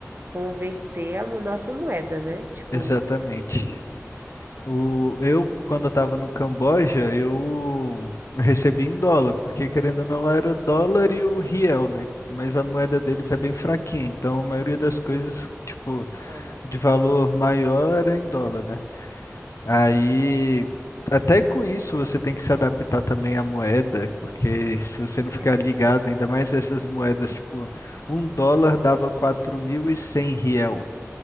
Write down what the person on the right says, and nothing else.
converter a mo- nossa moeda, né? Tipo,
é dólar.
Aham.
É.